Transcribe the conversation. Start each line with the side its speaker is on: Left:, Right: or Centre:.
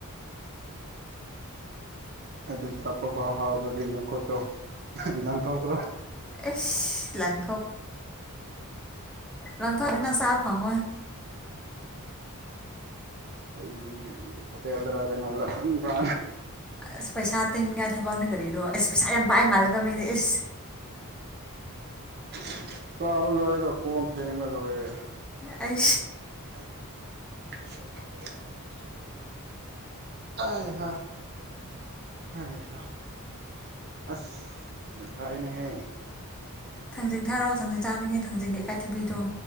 Right: ꯑꯗꯨ ꯇꯞꯄ ꯐꯥꯎ ꯐꯥꯎꯗ꯭ꯔꯗꯤ ꯅꯈꯣꯠꯇꯧ ꯂꯪꯊꯣꯛꯄ꯭ꯔꯣ
Centre: ꯑꯦꯁ ꯂꯥꯟꯊꯣꯛ ꯂꯪꯊꯣꯛꯕꯤꯅ ꯁꯥ ꯐꯪꯉꯣꯏ
Right: ꯑꯩꯗꯤ ꯍꯣꯠꯇꯦꯜꯗ꯭ꯔꯥ ꯀꯩꯅꯣꯗ꯭ꯔꯥ ꯁꯨꯝ ꯐ
Centre: ꯑꯁ ꯄꯩꯁꯥ ꯇꯤꯟꯅꯤꯡꯉꯥꯏ ꯊꯕꯛꯅ ꯀꯔꯤꯔꯣ ꯑꯦꯁ ꯄꯩꯁꯥ ꯌꯥꯝ ꯄꯥꯏ ꯃꯥꯜꯂꯒ ꯃꯤꯗꯤ ꯑꯦ
Right: ꯑꯁ ꯆꯥꯕ ꯂꯣꯏꯔꯦꯒ ꯀꯣꯝ ꯊꯦꯡꯉ ꯂꯣꯏꯔꯦ
Centre: ꯑ
Right: <inaudible> ꯑ ꯍ ꯍꯥꯏ ꯍ ꯑ ꯐꯥꯏꯅꯦꯍꯦ
Centre: ꯊꯥꯡꯖꯤꯡ ꯊꯥꯔꯛꯑꯣ ꯊꯥꯡꯖꯤꯡ ꯆꯥꯅꯤꯡꯉꯦ ꯊꯥꯡꯖꯤꯡꯒꯦ ꯏꯀꯥꯏꯊꯕꯤꯗꯣ